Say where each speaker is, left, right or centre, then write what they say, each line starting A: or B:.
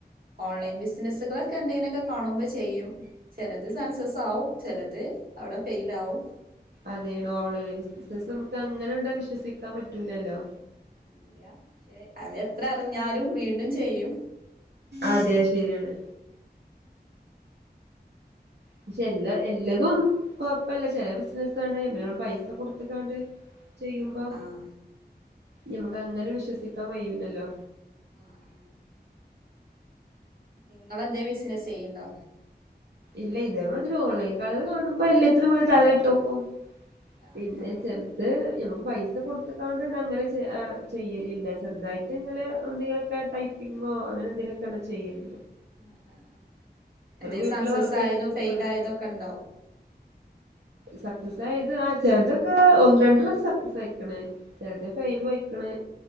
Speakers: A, on the right (about 60°); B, on the right (about 80°).
A: ഓൺലൈൻ ബിസിനസ്സുകളൊക്കെ എന്തെങ്കിലൊക്കെ കാണുമ്പോ ചെയ്യും. ചെലത് സൺസസ് ആവും ചെലത് അവിടെ ഫെയ്ൽ ആവും.
B: അതെണ് ഓൺലൈൻ ബിസിനസ് നമുക്ക് അങ്ങനെണ്ടാ വിശ്വസിക്കാൻ പറ്റൂലല്ലോ?
A: ഇല്ല്യ പക്ഷെ അ എത്ര അറിഞ്ഞാലും വീണ്ടും ചെയ്യും.
B: അതെ ശരിയാണ്. പക്ഷെ എല്ലാ എല്ലതും
A: ഉം
B: കൊഴപ്പല്ല ചെല ബിസിനസാണ് മ പൈസ കൊടുത്തക്കാണ്ട് ചെയ്യുമ്പോ
A: ആഹ് ആഹ്
B: ഞമക്ക് അങ്ങനെ വിശ്വസിക്കാൻ കയൂല്ലല്ലോ?
A: ആഹ് ആ ങ്ങളെന്തേ ബിസിനസ്സ് ചെയ്ണ്ടോ?
B: ഇല്ല ഇതേമാതിരി ഓൺലൈൻ കൾ കാണുമ്പോ എല്ലത്തിനും പോല തലട്ടോക്കും.
A: ആഹ്
B: പിന്നെ
A: ആഹ്
B: ചെൽ ഇത് ഞമക്ക് പൈസ കൊടുത്ക്കാണ്ടണ്ട് അങ്ങനെ ചെയ്യലില്ല ചെറുതായിട്ട് ഇങ്ങനെ എന്തെങ്കിലൊക്കെ ഡൈ പിങ്ങോ അങ്ങനെ എന്തേലൊക്കെണ് ചെയ്യല്.
A: ആ ആ എന്തേ
B: വീട്ടില്
A: സക്സസ്
B: വെറുതെ
A: ആയതോ
B: ഇരിക്കുമ്പളെ
A: ഫെയിൽ ആയതോക്കെ ണ്ടോ?
B: സക്സസ് ആയത് ആ ചെറുതൊക്കെ ഒന്ന് രണ്ടോകേ സക്സസ് ആയിക്ണ്. ചെൽത് ഫെയിലുയിക്ണ്